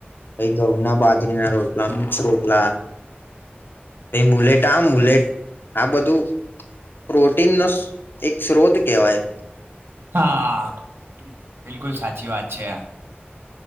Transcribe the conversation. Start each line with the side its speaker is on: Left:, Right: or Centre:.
Left: પહિ ગઉં ના બાજરી ના રોટલા મિક્સ રોટલા મુલેટા મુલેટ આ બધું પ્રોટીન નો એક સ્ત્રોત કેહેવાય.
Right: હા બિલકુલ સાચી વાત છે.